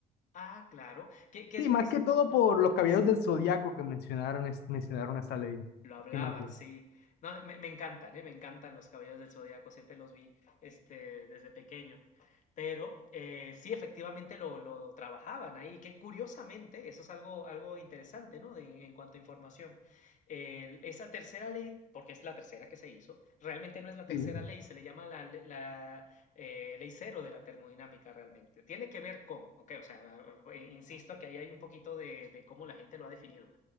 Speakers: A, on the left; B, on the left.
A: Ah, claro. Que, que
B: Sí,
A: es, esa-
B: más que todo
A: ujú,
B: por los caballeros
A: sí.
B: del zodiaco que mencionaron, es- mencionaron esa ley.
A: Lo hablaban,
B: Sí, me acuerdo.
A: sí. No, me, me encantan, ¿eh? Me encantan los Caballeros del Zodíaco, siempre los vi este, desde pequeño. Pero eh, sí, efectivamente lo, lo trabajaban ahí, que curiosamente, eso es algo, algo interesante, ¿no? De- en cuanto a información. El- esa tercera ley, porque es la tercera que se hizo, realmente no es la tercera
B: Sí.
A: ley, se le llama la, le- la, eh, ley cero de la termodinámica realmente. Tiene que ver con, ok, o sea, eh, insisto que ahí hay un poquito de de cómo la gente lo ha definido